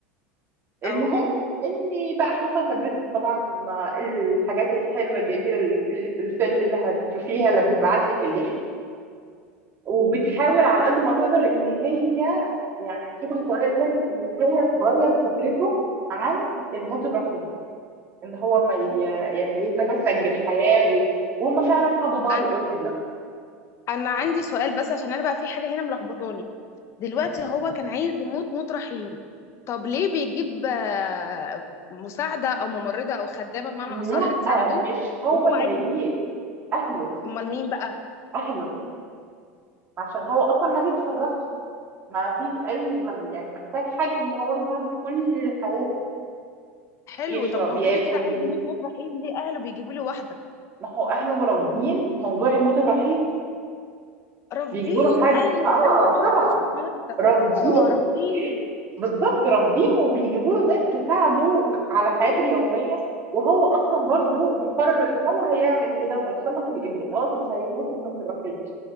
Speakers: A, on the right; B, on the left.
A: المهم
B: اه
A: اني بقى حصل ما بين طبعا الحاجات الحلوه الجميله اللي اللي في الفيلم اللي هتشوفيها لما هبعت لك اللينك وبتحاول على قد ما تقدر ان هي يعني فكره تغير الفيلم ان هي تغير فكرته عن الموت الرحيم ان هو ما ي- يعني يتمسك بالحياه و- وهم فعلا حبوا بعض
B: انا
A: اوريدي
B: انا عندي سؤال بس عشان انا بقى في حاجه هنا ملخبطاني دلوقتي هو كان عايز يموت موت رحيم طب ليه بيجيب آه، مساعده او ممرضه او خدامه بمعنى
A: لا
B: اصح تساعده
A: مش هو
B: وهو
A: اللي
B: عايز
A: بيجيب
B: يموت
A: اهله
B: امال مين بقى
A: اهله عشان هو اصلا ما بيتفرجش ما فيش اي ما- يعني محتاج حد ان هو يساعده في كل حياته
B: حلو
A: يشرب
B: طب ما هو
A: ياكل
B: كده كده عايز
A: ي-
B: يموت موت رحيم ليه اهله بيجيبوا له واحده
A: ما هو اهله مرافضين موضوع الموت الرحيم
B: رافضين
A: بيجيبوا له حد
B: ايوه
A: اه
B: ايوه صح
A: طبعا
B: افتكرت اه
A: رافضين
B: رافضين
A: بالظبط رافضين وبيجيبوا له ناس تساعده على حياته اليوميه وهو اصلا برضو مقرر ان هو هيعمل كده وهيخلص الاجراءات وهيموت الموت الرحيم